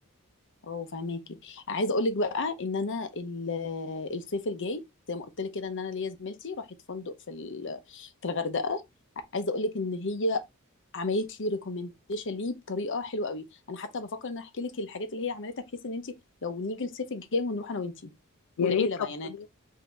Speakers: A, on the left; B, on the left.
A: اه فهماكي عايزه اقول لك بقى ان انا ال- الصيف الجاي زي ما قلت لك كده ان انا ليا زميلتي راحت فندق في ال... في الغردقه عايزه اقول لك ان هي عملت لي ريكومنديشن ليه بطريقه حلوه قوي انا حتى بفكر ان أنا احكي لك الحاجات اللي هي عملتها بحيث ان انت لو نيجي الصيف الجاي ونروح انا وانتي
B: يا
A: والعيله
B: ريت
A: بقى
B: طب
A: يعني
B: قولي